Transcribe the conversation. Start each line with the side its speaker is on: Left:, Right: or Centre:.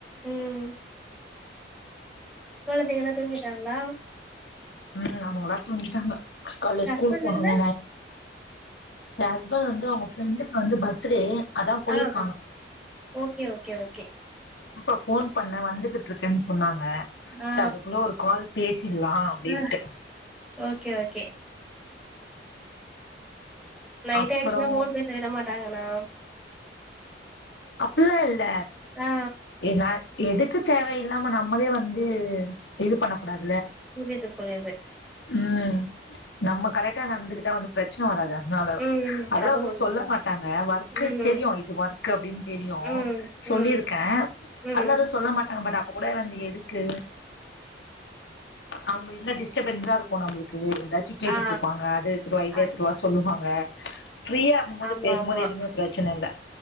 Centre: ம் கொழந்தைங்கல்லா தூங்கிட்டாங்களா
Left: உம் அவங்களா தூங்கிட்டாங்க காலைலே
Centre: ஹஸ்பண்ட்
Left: ஸ்கூல் <unintelligible>
Centre: இல்ல
Left: என் ஹஸ்பண்ட் வந்து அவங்க ஃப்ரெண்டுக்கு வந்து பர்த்டே அதா போயிருக்காங்க
Centre: ஆஹ் ஓகே ஓகே ஓகே
Left: இப்ப போன் பண்ண வந்துகிட்டு இருக்கேன்னு சொன்னாங்க
Centre: ஆ
Left: சரி அதுக்குள்ள ஒரு கால் பேசிடலாம் அப்படின்ட்டு
Centre: ஆ ஓகே ஓகே நைட்டு
Left: அப்புறோ
Centre: ஆயிடுச்சுன்னா போன் பேசவிட மாட்டாங்களோ
Left: இல்லேயில்ல
Centre: ஆ
Left: ஏ நான் எதுக்கு தேவையில்லாம நம்மளே வந்து இது பண்ண கூடாது
Centre: புரிது புரிது
Left: ம் நம்ம கரெக்டா நடந்துகிட்டா வந்து பிரச்சன வராதா னால
Centre: ம்
Left: அதெல்லா
Centre: அது
Left: எதுவு
Centre: உண்மதா
Left: சொல்ல மாட்டாங்க ஒர்க்கு
Centre: ம்
Left: தெரியு இது ஒர்க் அப்டின்னு தெரியு
Centre: ம்
Left: சொல்லிருக்க
Centre: ம் ம்
Left: அதுலா எதுவு சொல்ல மாட்டாங்க பட் அப்ப கூட வந்து எதுக்கு அவங்க இருந்த டிஸ்ட்டபன்ஸா இருக்கு நம்ளுக்கு ஏதாச்சி கேட்டுட்டு
Centre: ஆ
Left: இருப்பாங்க அத எடுத்துட்டு வா இத
Centre: அது
Left: எடுத்துட்டு வா சொல்லுவாங்க ஃப்ரீயா இருக்கும் போது
Centre: ஆமா
Left: பேசும்போது
Centre: ஆமா
Left: எதுமே பிரச்சன இல்ல